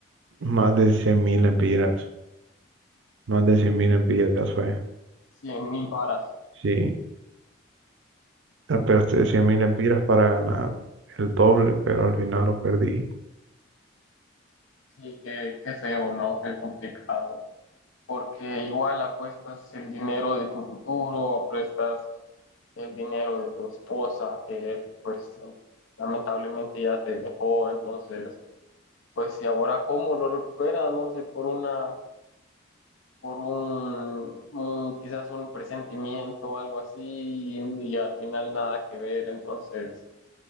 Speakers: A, on the right; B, on the left.
A: Más de 100 mil empiras, más de cien mil empiras fue,
B: Cien mil varas.
A: sí. Ah, Pero te decía mil empiras para ganar el doble, pero al final lo perdí.
B: Sí, qué, qué feo, ¿no? Qué complicado. porque igual apuestas el dinero de tu futuro, apuestas el dinero de tu esposa, que pues lamentablemente ya te dejó, entonces, pues si ahora cómo lo recuperas, no sé, por una, por un, un- quizás un presentimiento o algo así, y, y al final nada que ver, entonces,